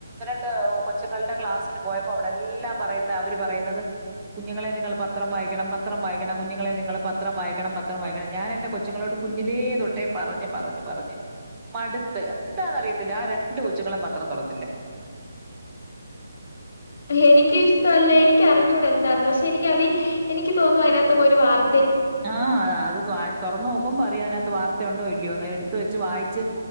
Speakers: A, on the right; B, on the left.
A: ഹേ കൊച്ചുങ്ങളുടെ ക്ലാസ്സിന് പോയപ്പോ അവിടെ എല്ലാം പറയുന്നെ അവര് പറയുന്നത് കുഞ്ഞുങ്ങളെ നിങ്ങൾ പത്രം വായിക്കണം പത്രം വായിക്കണം കുഞ്ഞുങ്ങളെ നിങ്ങൾ പത്രം വായിക്കണം പത്രം വായിക്കണം ഞാൻ എന്റെ കൊച്ചുങ്ങളോട് കുഞ്ഞിലേ തൊട്ടേ പറഞ്ഞ് പറഞ്ഞ് പറഞ്ഞ് മടുത്ത് എന്താന്നറിയത്തില്ല ആ രണ്ട് കൊച്ചുങ്ങളും പത്രം തൊടത്തില്ല
B: എനിക്ക് ഇഷ്ടല്ല എനിക്ക് അറിഞ്ഞുട എന്താന്ന് പക്ഷെ എനിക്കതി എനിക്ക് തോന്നുന്നു അയിനത്ത്ഒന്നും ഒരു വാർ
A: ആ അത് <unintelligible> തോറന്ന് നോക്കുമ്പം അറിയ അതിനകത്ത് വാർത്തയുണ്ടോ ഇല്ല്യോയോന്ന് എടുത്ത് വച്ച് വായിച്ച്